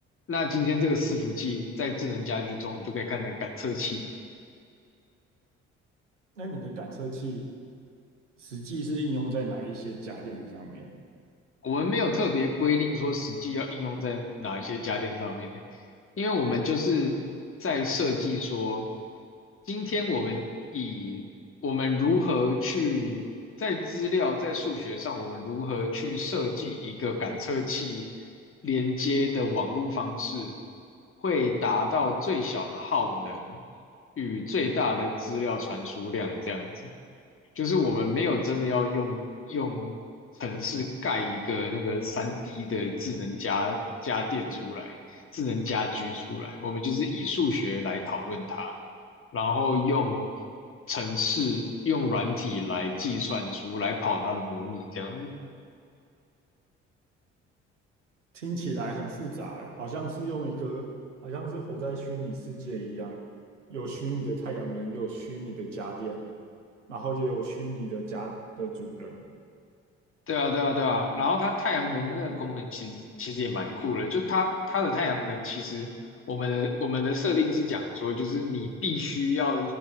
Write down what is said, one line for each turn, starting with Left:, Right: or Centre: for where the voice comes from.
Left: 那今天这个伺服器在智能家居中，你就可以看成感测器。
Right: 那你的感测器实际是应用在哪一些家电上面？
Left: 我们没有特别规定说实际要应用在哪一些家电上面的，因为我们就是在设计说，今天我们以我们如何去在资料在数学上，我们如何去设计一个感测器连接的网络方式，会达到最小的耗能与最大的资料传输量这样子。就是我们没有真的要用用城市盖一个那个三 d 的智能家家电出来，智能家居出来，我们就是以数学来讨论它，然后用城市用软体来计算出来跑它的模拟这样子。
Right: 听起来很复杂欸，好像是用一个，好像是活在虚拟世界一样，有虚拟的太阳能，有虚拟的家电，然后也有虚拟的家的主人。
Left: 对啊，对啊，对啊。然后它太阳能那个功能其实其实也蛮酷的，就它它的太阳能其实我们的我们的设定是讲说，就是你必须要